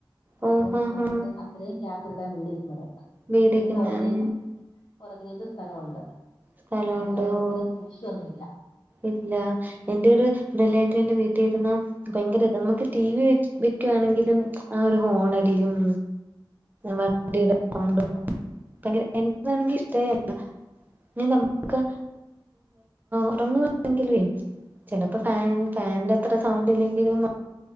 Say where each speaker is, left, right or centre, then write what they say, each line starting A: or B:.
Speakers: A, on the right (about 20°); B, on the left (about 60°).
A: ഓ
B: അപ്പം
A: ആഹ്
B: നമ്മുക്ക്
A: ആഹ്
B: അത്രയും ഗ്യാപ്പ് ഇട്ടിട്ടാ വീട് ഇരിക്കുന്നത്
A: വീടിക്കുന്ന
B: പിന്നെ പുറയിലേക്കും
A: ഉം
B: പുറകിലേക്കും സ്ഥലമുണ്ട്
A: സ്ഥലമുണ്ട്
B: നമക്ക് അതുകൊണ്ട്
A: ഓ
B: ഇത്രയും ദൂഷ്യൊന്നുല്ല
A: ഇല്ല എന്റെ ഒരു റിലേറ്റീവിന്റെ വീട്ടിൽ ഇരുന്ന് ഭയങ്കര നമുക്ക് ടി വി വെക്കുവാണെങ്കിലും ആ ഒരു ഹോണടിയും
B: ആഹ്
A: വണ്ടിടെ
B: ഭയങ്കര
A: സൗണ്ട്
B: പാടാ
A: ഉം എനിക്കാണെങ്കി ഇഷ്ടേല്ല പിന്നെ നമ്മക്ക് ഉറങ്ങുവാണെങ്കിലുവേ ചിലപ്പോ ഫാൻ ഫാനിന്റെ
B: രാത്രി
A: അത്ര സൗണ്ട് ഇല്ലെങ്കിലും